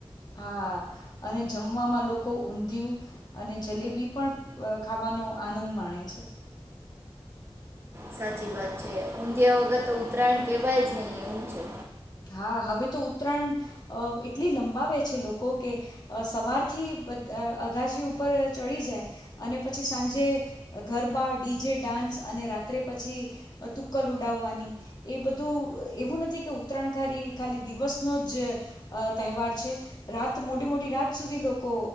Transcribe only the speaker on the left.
હા અને જમવામાં લોકો ઊંધિયું અને જલેબી પણ ખાવાનો આનંદ માણે છે.
હા હવે તો ઉત્તરાયણ અ એટલી લંબાવે છે. લોકો કે સવારથી અગાજી ઉપર ચડી જાય અને પછી સાંજે ગરબા ડીજે ડાન્સ અને રાત્રે પછી તુક્કલ ઉડાવવાની એ બધું એવું નથી કે ઉત્તરાયણકારી ખાલી દિવસનો જ તહેવાર છે. રાત મોડી-મોડી રાત સુધી લોકો